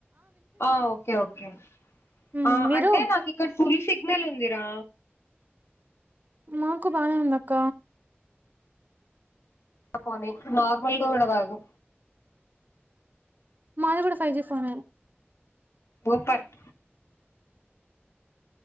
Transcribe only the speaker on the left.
ఆ ఓకే ఓకే
ఆ
అంటే నాకు ఇక్కడ ఫుల్ సిగ్నల్ ఉందిరా
పోనీ నార్మల్గా విడరాదు
పోపట్